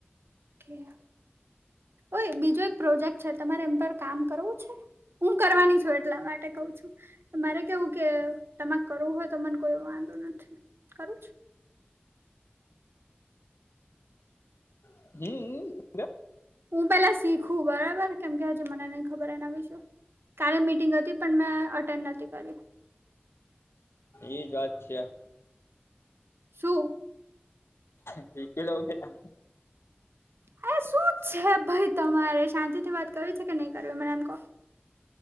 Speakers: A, on the right; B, on the left.
A: કે હા. ઓય બીજો એક પ્રોજેક્ટ છે તમારે એમ પર કામ કરવું છે. હું કરવાની છું એટલા માટે કઉ છું. મારે કેવું કે તમારે કરવું હોય તો મને કોઈ વાંધો નથી કરું છે.
B: હમ હમ.
A: હું પેલા શીખું બરાબર કેમ કે હજુ મને નઈ ખબર એના વીશે. કાલે મિટિંગ હતી પણ મેં અટેન્ડ નથી કરી
B: ઈ જ વાત છે આ.
A: શું.
B: એકે કિલો આ.
A: હરે શું છે ભાઈ તમારે શાંતિ થી વાત કરવી છે કે નહી કરવી મને એમ કો.